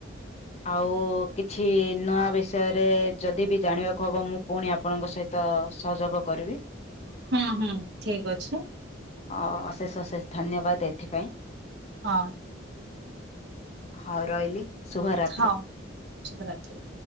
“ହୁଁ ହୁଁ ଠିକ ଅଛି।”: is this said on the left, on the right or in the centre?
Right